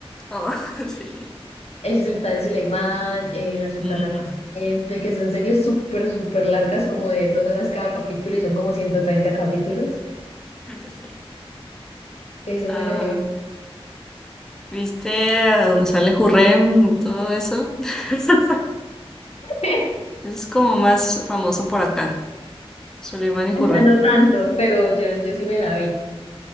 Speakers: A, in the centre; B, on the left.
A: Ah, <laughs> sí.
B: el sultán Suleimán, eh, la sultana
A: Mm,
B: Kuzenbe, que son series súper, súper largas, como de dos horas cada capítulo y son como 130 capítulos.
A: <laughs> sí.
B: Eso
A: Ah,
B: me lo he...
A: ¿viste a donde sale Jurrem y todo eso? <laughs>
B: <laughs>
A: Es como más famoso por acá. Soleimán y Hürrem.
B: Ya no tanto, pero yo, yo sí me la vi.